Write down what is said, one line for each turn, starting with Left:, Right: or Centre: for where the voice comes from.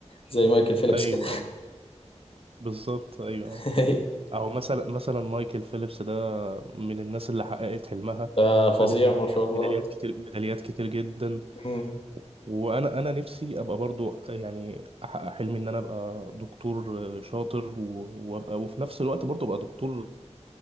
Left: زي مايكل فيليبس
Right: ايوه
Left: كده
Right: أيوة، بالظبط ايوه
Left: <laughs>
Right: او مثلا مثلا مايكل فيليبس ده من الناس اللي حققت حلمها
Left: ففظيع
Right: وخدت ميداليات
Left: ما شاء الله
Right: ميداليات كتير ميداليات كتير جدا
Left: مم.
Right: وانا انا نفسي ابقى برضو يعني احقق حلمي ان انا ابقى دكتور شاطر و- وابقى وفي نفس الوقت برضو ابقى دكتور